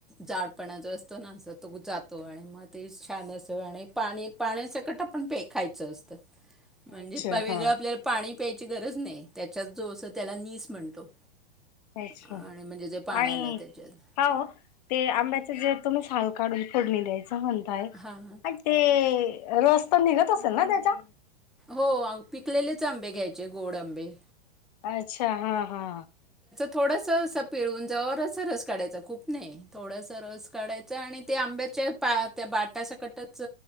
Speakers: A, in the centre; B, on the left.
A: जाडपणा जो असत कीं तो ना असं तो जातो आणि म्हणजे म तेच छान असं आणि पाणी पाण्या सकट आपण पे खायचं असतं. म्हणजे
B: अच्छा
A: वेगळं
B: हा
A: आपल्याला पाणी प्यायची गरज नाही त्याच्यात जो अस त्याला नीस म्हणतो.
B: अच्छा
A: आणि म्हणजे जे पाण्याला
B: आणि
A: त्याच्यात
B: हो ते आंब्याचं जे तुम्ही साल काढून फोडणी द्यायच म्हणताय
A: हां
B: आणि ते... रस तर निघत असेल ना त्याचा.
A: हो पिकलेलेच आंबे घ्यायचे गोड आंबे.
B: अच्छा हा हा.
A: थोडासं असं पिळवून जरासा असा रस काढायचा खूप नाही थोडासा रस काढायचा आणि ते आंब्यात च्या पा त्या बाटा सकटच